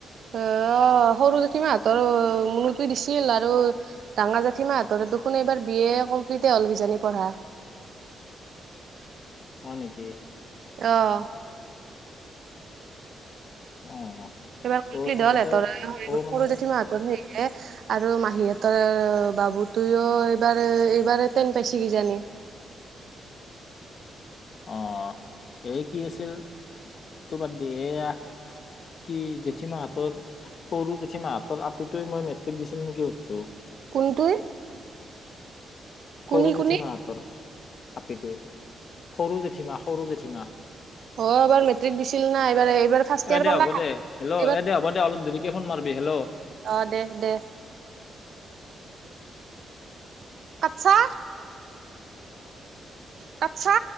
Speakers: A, on the right; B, on the left.
A: আ, সৰু জেঠী মা হঁতৰ মুনুটোৱে দিছিল আৰু ডাঙাৰ জেঠী মাহঁতৰ দেখোন এইবাৰ বি এ কমপ্লিটে হল কিজানি পঢ়া।
B: হয় নেকি?
A: অ',
B: অ',
A: এইবাৰ <unintelligible>
B: অ ইহঁতৰ অ মানে
A: সৰু জেঠি মা হঁতৰ সেয়ে আৰু মাহী হঁতৰ বাবু তোও এইবাৰ এইবাৰ তেন পাইছে কিজানি।
B: অ', এই কি আছিল সেইটো বাদ দি এইয়া কি জেঠী মাহঁতৰ সৰু জেঠী মা হঁতৰ আপিটোৱে মই মেট্ৰিক দিছিল নেকি সুধছো?
A: কোনটোই? কোনি
B: সৰু জেঠী
A: কোনি
B: মা হঁতৰ আপিটোৱে, সৰু জেঠীমা, সৰু জেঠীমা
A: অ', এবাৰ মেট্ৰিক দিছিল না এইবাৰ এইবাৰ ফাৰ্ষ্ট ইয়াৰ
B: এ দে
A: পালা
B: হ'ব দে হেল্ল'
A: এইবাৰ
B: এ দে হ'ব দে অলপ দেৰিকে ফোন মাৰবি হেল্ল'
A: অ', দে দে। কাটছা কাটছা?